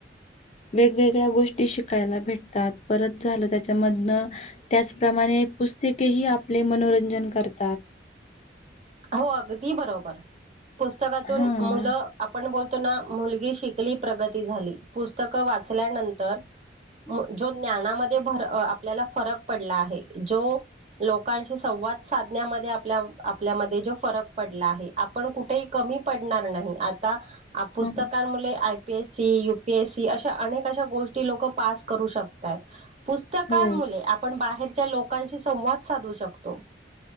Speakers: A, on the left; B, on the right.
A: वेगवेगळ्या गोष्टी शिकायला भेटतात परत झालं त्याच्यामधनं त्याचप्रमाणे पुस्तकेही आपले मनोरंजन करतात
B: हो अगदी बरोबर पुस्तकातून
A: हां.
B: मुलं आपण बोलो मुलगी शिकली प्रगती झाली पुस्तकं वाचल्यानंतर जो ज्ञानामध्ये भर आपल्याला फरक पडला आहे जो लोकांशी संवाद साधण्यामध्ये आपल्यामध्ये जो फरक पडला आहे आपण कुठेही कमी पडणार नाही आता पुस्तकांमुळे
A: हं.
B: M P S C UPSC अशा अनेक अश गोष्टी लोक पास करू शकतात पुस्तकांमुळे
A: हो.
B: आपण बाहेर च्या लोकांशी संवाद साधू शकतो